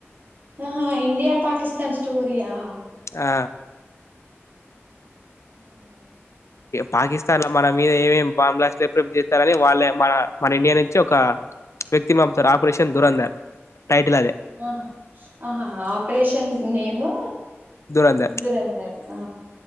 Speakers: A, on the right (about 45°); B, on the left (about 85°).
A: ఆహా ఇండియా పాకిస్తాన్ స్టోరిఆ
B: ఆ
A: అవునా
B: పాకిస్తాన్ల మన మీద ఏమేమి బాంబ్లాస్ట్ ఎపుడు ఎపుడు చేస్తారని వాళ్ళే మన మన ఇండియా నుంచి ఒక వ్యక్తినీ పంపుతారు ఆపరేషన్ దురంధర్ టైటిల్ అదే
A: ఆహా ఆహ ఆపరేషన్ నేము
B: దురంధర్
A: దురంధర్ ఆ